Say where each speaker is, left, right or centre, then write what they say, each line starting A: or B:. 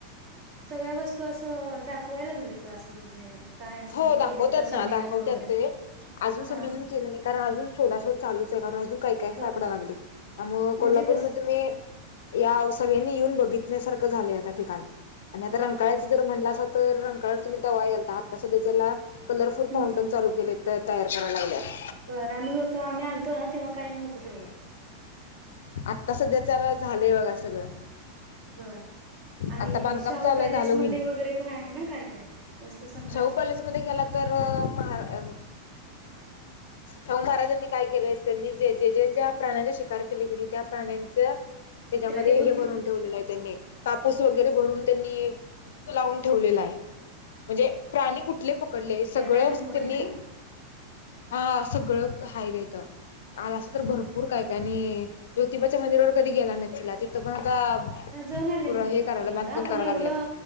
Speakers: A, on the right; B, on the left.
A: सगळ्या वस्तू असं दाखवाय लागलेत का असं म्हणजे काय असं
B: हो
A: हे
B: दाखवतात
A: केलेत का
B: ना
A: संमेलन
B: दाखवतात
A: वगैरे
B: ते अजून संमेलन
A: हा
B: केलं नाही कारण अजून शोधाशोध चालूच आहे कारण अजून काही काय
A: बर
B: सापड लागले त्यामु
A: म्हणजे कस
B: तु सगळ्यांनी येऊन बघितल्यासारं झालंय त्या ठिकाण आणि आता
A: हा
B: रंकाचं
A: हा
B: जर म्हणलं अस तर रंकाळ तुम्ही तवा यायलता हात सध्या त्याला कलरफुल
A: हम्म
B: फाउंटेन चालू केले तयार कराव लागल्यात
A: बरं आम्ही होतो आम्ही आलतो ना तेव्हा काही नव्हतं तेवढं
B: आत्ता सध्या चला झालंय बघा सगळं
A: बर आणि
B: आता बांधकाम
A: शाहू
B: चालूय
A: पॅलेस
B: झालं
A: म
B: होईल
A: वगैरे पण आहे ना काय काय वस्तू संग्रहालय
B: शाहू पॅलेसमध्येध्ये गेला तर म शाहू महाराजांनी काय केलं त्यांनी ज जे ज ज्या प्राण्याचे शिकार केले प्राण्यांच त्याच्यामध्ये
A: ते बघितलं
B: हे भरून ठेवलेलं आहे त्यांनी कापूस वगैरे भरून त्यांनी लावून ठेवलेला आहे म्हणजे प्राणी कुठे कले पकडले सगळं
A: तेर काहीतरी मोठं
B: त्यांनी
A: आहे ना
B: हा सगळं हाय देत आज असं तर भरपूर
A: हा मग
B: काय काय आणि ज्योतिबाच्या मंदिरावर कधी गेला नक्ला तिथं पण आता
A: जाऊन आले
B: पुर
A: ना
B: हे
A: तिकड
B: करायला
A: पण एकदा
B: बांधकाम करायला
A: पण एवढं
B: लागल्यात